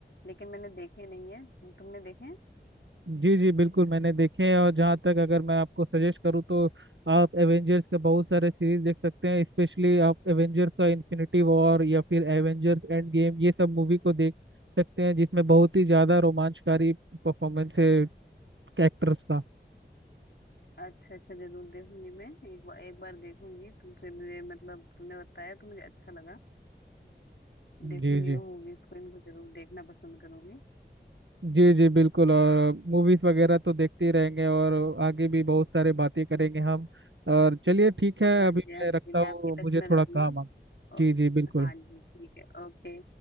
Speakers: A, on the left; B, on the right.
A: लेकिन मैंने देखे नहीं है तुमने देखे हैं
B: जी जी बिल्कुल मैंने देखे हैं और जहाँ तक अगर मैं आपको सजेस्ट करूँ तो आप एवेंजर्स के बहुत सारे सीरीज देख सकते हैं स्पेशली आप एवेंजर्स का इन्फिनिटी वॉर या फिर एवेंजर्स एंड गेम ये सब मूवी को देख सकते हैं जिसमें बहुत ही ज़्यादा रोमांचकारी परफॉर्मेंस है एक्टर्स का
A: अच्छा अच्छा जरूर देखूंगी मैं एक बार एक बार देखूंगी तुमसे मुझे मतलब तुमने बताया तो मुझे अच्छा लगा देखूंगी
B: जी जी
A: मैं मूवीज को इनको जरूर देखना पसंद करूंगी
B: जी जी बिल्कुल और मूवीज वगैरह तो देखते ही रहेंगे और आगे भी बहुत सारे बातें करेंगे हम और चलिए ठीक है
A: हाँ
B: अभी
A: जी हाँ
B: मैं रखता
A: जी मैं
B: हूँ
A: आपके
B: मुझे
A: टच में रहूंगी
B: थोड़ा काम है
A: और
B: जी जी बिल्कुल
A: हाँ जी ठीक है ओके